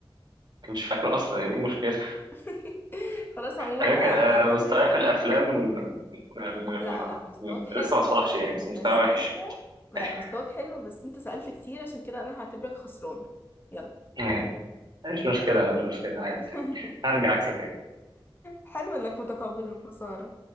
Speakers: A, on the right; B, on the left.
A: مش فاكره اصلا ايه المشكله
B: <laughs> خلاص عموما
A: على
B: أ-
A: فكره آه،
B: اعتبر
A: مستواي في الافلام م- م-
B: لا لا مستواك
A: م-
B: حلو
A: لسه ما اتفضحش يعني بس مستوى
B: بس
A: وحش
B: انت لا
A: <laughs>
B: مستواك حلو بس انت سألت كتير عشان كده انا هعتبرك خسران يلا
A: مم. مش مشكله مش مشكله عادي
B: <laughs>
A: هرجع عكسك
B: حلو انك متقبل الخسارة